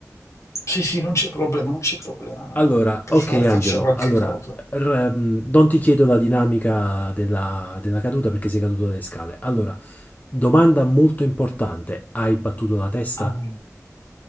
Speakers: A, on the left; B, on the left.
A: Sì, sì, non c'è problema, non c'è problema.
B: Allora,
A: Per
B: ok
A: fare
B: Angelo,
A: faccia qualche
B: allora
A: cosa.
B: r- mm, non ti chiedo la dinamica della, della caduta perché sei caduto dalle scale. Allora, domanda molto importante, hai battuto la testa?
A: Ah,